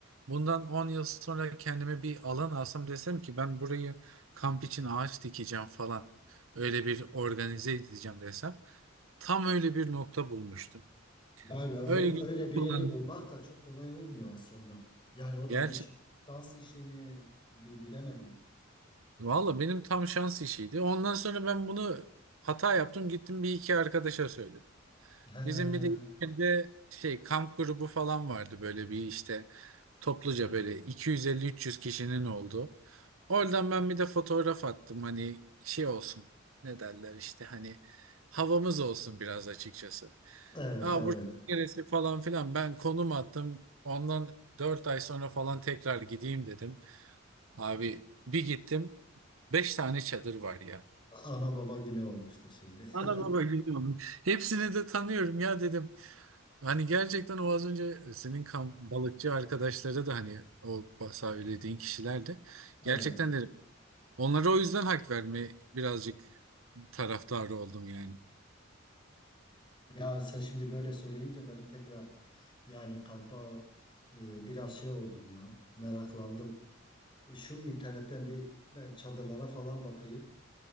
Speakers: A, on the right; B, on the left.
A: bundan 10 yıl sonra kendime bir alan alsam desem ki ben burayı kamp için ağaç dikeceğim falan. Öyle bir organize edeceğim desem. Tam öyle bir nokta bulmuştum.
B: Vay be o
A: Öyle
B: böyle bir
A: kullandım.
B: yeri bulmak da çok kolay olmuyor aslında. Yani o
A: <laughs> Gerçekten.
B: da bir ş- şans işi mi bi- bilemedim.
A: Valla benim tam şans işiydi. Ondan sonra ben bunu hata yaptım gittim bir iki arkadaşa söyledim.
B: He.
A: Bizim bir de ilçede şey kamp grubu falan vardı böyle bir işte topluca böyle 250-300 kişinin olduğu. Oradan ben bir de fotoğraf attım hani şey olsun ne derler işte hani havamız olsun biraz açıkçası.
B: Evet
A: Aa
B: evet.
A: burası neresi falan filan ben konum attım ondan 4 ay sonra falan tekrar gideyim dedim. Abi bir gittim 5 tane çadır var ya.
B: Ana baba günü olmuştur şimdi.
A: Ana baba
B: <laughs>
A: gidiyorum. Hepsini de tanıyorum ya dedim. Hani gerçekten o az önce senin kamp balıkçı arkadaşları da hani o söylediğin kişiler de gerçekten
B: Evet.
A: dedim. Onlara o yüzden hak verme birazcık taraftarı oldum yani.
B: Ya sen şimdi böyle söyleyince benim tekrar yani kampa e, biraz şey oldum ya. Meraklandım. E, Şu internetten bir ben çadırlara falan bakayım.